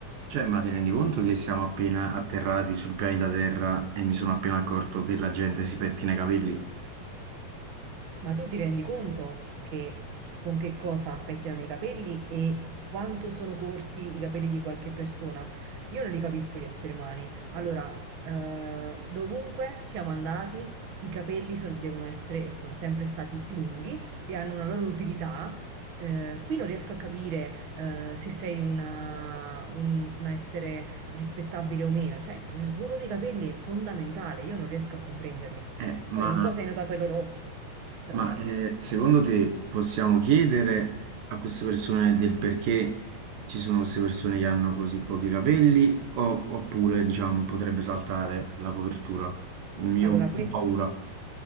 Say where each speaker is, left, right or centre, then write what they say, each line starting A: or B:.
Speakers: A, on the right (about 75°); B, on the right (about 55°).
A: Cioè, ma ti rendi conto che siamo appena atterrati sul pianeta Terra e mi sono appena accorto che la gente si pettina i capelli?
B: Ma tu ti rendi conto che con che cosa pettinano i capelli e quanto sono corti i capelli di qualche persona? Io non li capisco gli esseri umani. Allora, eh, dovunque siamo andati, i capelli son- devono essere e sono sempre stati lunghi e hanno una loro utilità. Eh, qui non riesco a capire, eh, se sei una, un un essere rispettabile o meno. Cioè, il ruolo dei capelli è fondamentale, io non riesco a comprenderli.
A: Eh, ma
B: Poi non so se hai notato i loro occhi. Strani.
A: ma, eh, secondo te possiamo chiedere a queste persone del perché ci sono queste persone che hanno così pochi capelli o- oppure, diciamo, potrebbe saltare la copertura? Io
B: Allora,
A: ho un
B: questo
A: po' paura.